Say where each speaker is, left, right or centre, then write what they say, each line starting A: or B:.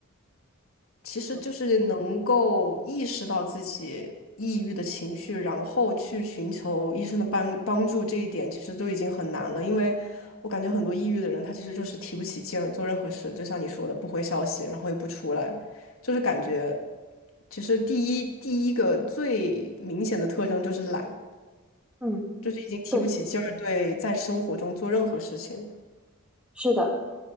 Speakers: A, on the left (about 70°); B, in the centre.
A: 其实就是能够意识到自己抑郁的情绪，
B: 嗯
A: 然后去寻求医生的帮帮助，这一点其实都已经很难了。因为我感觉很多抑郁的人，他其实就是提不起劲儿做任何事，就像你说的，不回消息，然后也不出来，就是感觉，其实第一第一个最明显的特征就是懒，
B: 嗯，
A: 就是已经提不起劲儿，
B: 对，
A: 对在生活中做任何事情。
B: 是的。